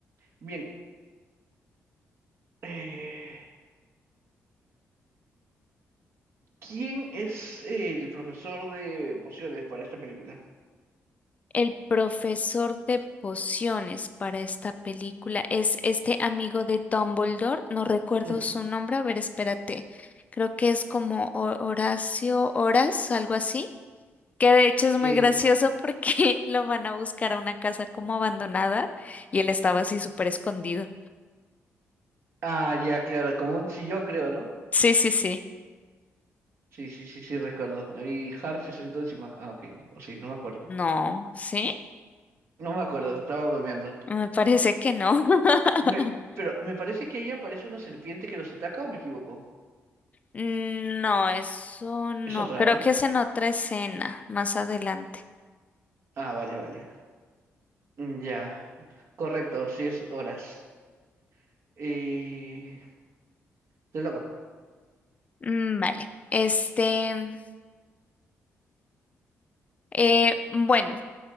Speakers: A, on the right; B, on the left.
A: bien, eh, ¿quién es el profesor de pociones para esta película?
B: El profesor de pociones para esta película es este amigo de Dumbledore. No recuerdo
A: Mm,
B: su nombre. A ver, espérate. Creo que es como Ho- Horacio Horas, algo así. Que de hecho es muy
A: eh,
B: gracioso porque <laughs> lo van a buscar a una casa como abandonada y él estaba así súper escondido.
A: ah, ya, claro, como un sillón creo, ¿no?
B: Sí, sí, sí.
A: Sí, sí, sí, sí, recuerdo. Ahí Harry se sentó encima. Ah, ok, no, o sí, no me acuerdo.
B: No, ¿sí?
A: No me acuerdo, estaba bromeando.
B: Me parece que no. <laughs>
A: Me- pero me parece que ahí aparece una serpiente que los ataca o me equivoco.
B: No, eso no.
A: Es otra,
B: Creo
A: ¿no?
B: que es en otra escena, más adelante.
A: Ah, vale, vale. Mm, Ya, correcto, sí es horas. Eh, te toca.
B: Mm, vale. Este, eh, bueno,